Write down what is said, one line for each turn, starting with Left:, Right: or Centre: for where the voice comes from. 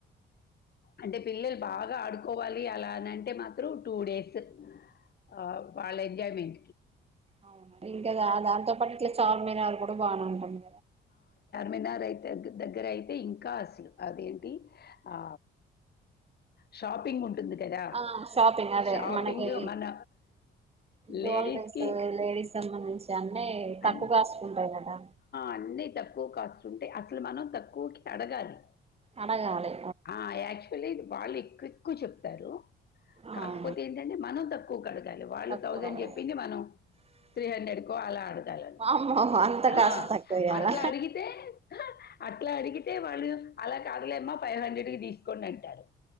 Left: అంటే పిల్లలు బాగా ఆడుకోవాలి అలానంటే మాత్రం టూ డేస్ ఆ వాళ్ళ ఎంజయ్ మేంట్కి
Right: అవును ఇంకా దాంతో పాటు ఇట్లా చార్మినార్ కూడా బానే ఉంటుంది
Left: మిన్నర్ దగ్గర దగ్గరైతే ఇంకా అసలు అదేంటి ఆ షాపింగ్ ఉంటుంది లే కదా
Right: ఆ షాపింగ్ అదే
Left: షాపింగ్
Right: మనకి
Left: మన
Right: జ్యువెలరీస్
Left: లేడీస్కి
Right: లేడీస్ సంబంధించి అన్నీ తక్కువ
Left: అ
Right: కాస్ట్ ఉంటాయి కదా
Left: అన్ని తక్కువ కాస్ట్ ఉంటే అసలు మనం తక్కువ్కి అడగాలి
Right: అడగలి
Left: ఆహ్ యాక్చువల్లీ అది వాళ్ళు ఎక్వు ఎక్కువ చెప్తారు
Right: అవును
Left: కాకపోతే ఏంటంటే మనం తప్ప కూ కడగాలి వాళ్ళు
Right: తక్కువ
Left: థౌసండ్
Right: పడదు.
Left: చెప్పింది మనం త్రీ హండ్రెడ్కో అలా అడుగుత ఆస్
Right: వామ్మో అంత
Left: ఆ
Right: కాస్ట్ తక్కువ ఇయ్యాలా
Left: అట్లా అడిగితే ఆ అట్లా అడిగితే వాళ్ళు అలా కాదులేమ్మా ఫైవ్ హండ్రెడ్కి తీసుకోమంటారు